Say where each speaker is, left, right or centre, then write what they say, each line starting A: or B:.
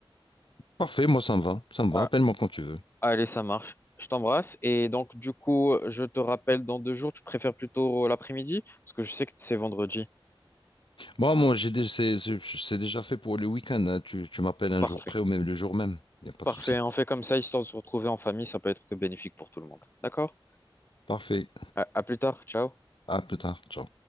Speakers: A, on the left; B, on the left.
A: Parfait, moi ça me va, ça me
B: Ah,
A: va, appelle-moi quand tu veux.
B: allez, ça marche. Je t'embrasse. Et donc, du coup, je te rappelle dans deux jours. Tu préfères plutôt l'après-midi? Parce que je sais que c'est vendredi.
A: Moi, moi j'ai dé- c'est c'est- c'est déjà fait pour le week-end, hein. Tu, tu m'appelles un
B: Parfait.
A: jour près ou même le jour même, il n'y a pas
B: Parfait.
A: de souci.
B: On fait comme ça, histoire de se retrouver en famille. Ça peut être que bénéfique pour tout le monde. D'accord?
A: Parfait,
B: à à plus tard. Ciao.
A: à plus tard, ciao.